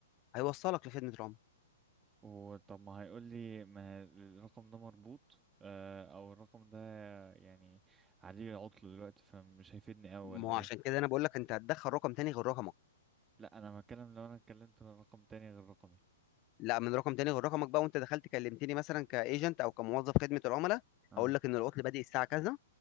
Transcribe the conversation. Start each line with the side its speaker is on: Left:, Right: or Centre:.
Left: هيوصلك لخدمة العملاء
Right: وطب ما هيقول لي ما الرقم ده مربوط آه، او الرقم ده يعني عليه عطل دلوقتي فمش هيفيدني اوي
Left: ما
Right: ولا
Left: هو
Right: ايه
Left: عشان كده انا بقول لك انت هتدخل رقم تاني غير رقمك
Right: لا انا بتكلم لو انا اتكلمت من رقم تاني غير رقمي
Left: لا من رقم تاني غير رقمك بقى وانت دخلت كلمتني مثلا كايجنت او كموظف خدمه العملاء
Right: اه
Left: هقول لك ان العطل بادئ الساعه كذا